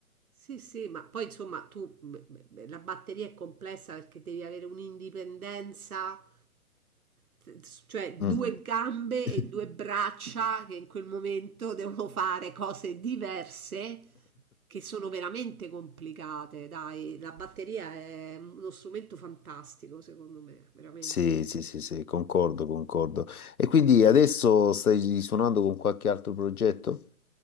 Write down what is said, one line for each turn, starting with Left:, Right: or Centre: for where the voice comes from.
Right: Sì, sì, ma poi insomma tu beh, beh, beh, la batteria è complessa perché devi avere un'indipendenza, t- cioè due
Left: Mm.
Right: gambe
Left: <laughs>
Right: e due braccia che in quel momento <laughs> devono fare cose diverse che sono veramente complicate. Dai, la batteria è uno strumento fantastico, secondo me, veramente.
Left: Sì, sì, sì, sì, concordo, concordo. E quindi adesso stai suonando con qualche altro progetto?